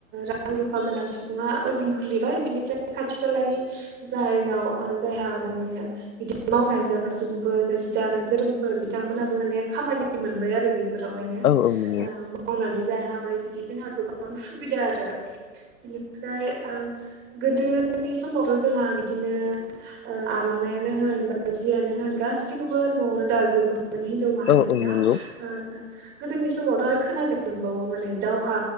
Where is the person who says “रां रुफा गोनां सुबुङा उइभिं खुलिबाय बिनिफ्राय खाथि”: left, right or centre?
Right